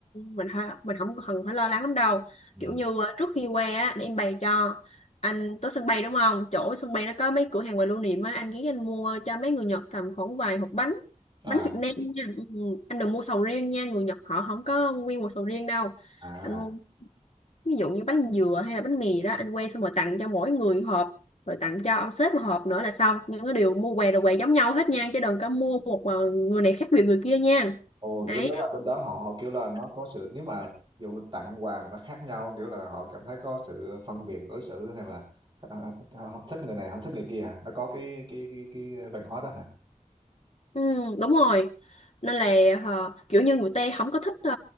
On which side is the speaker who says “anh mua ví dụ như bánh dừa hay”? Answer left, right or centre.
Left